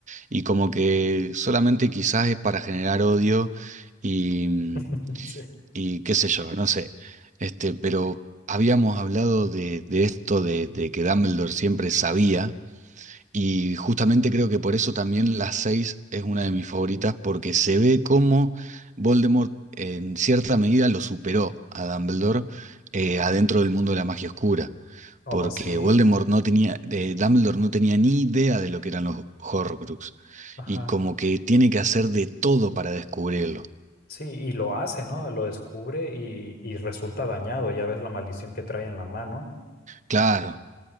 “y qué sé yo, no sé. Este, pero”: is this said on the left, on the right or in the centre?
Right